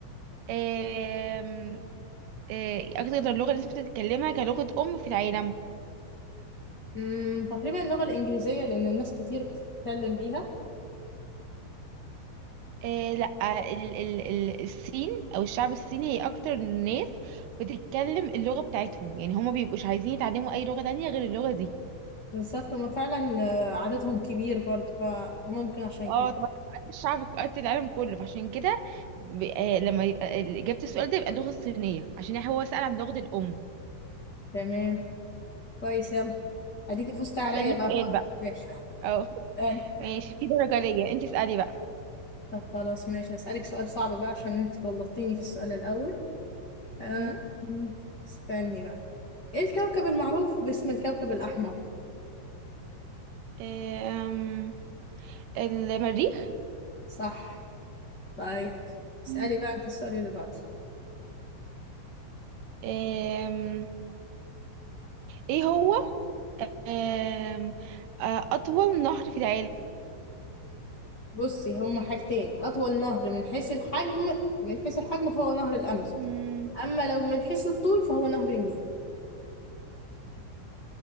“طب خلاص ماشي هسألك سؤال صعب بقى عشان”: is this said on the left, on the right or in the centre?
Left